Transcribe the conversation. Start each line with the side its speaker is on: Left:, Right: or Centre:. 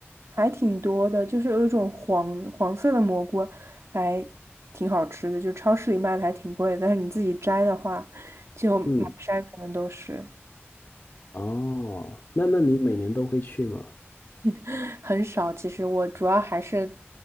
Right: 还挺多的，就是有一种黄黄色的蘑菇，还挺好吃的，就超市里卖的还挺贵的但是你自己摘的话，就满山可能都是，
Left: 嗯，哦，那那你每年都会去吗？
Right: <laughs> 很少。其实我主要还是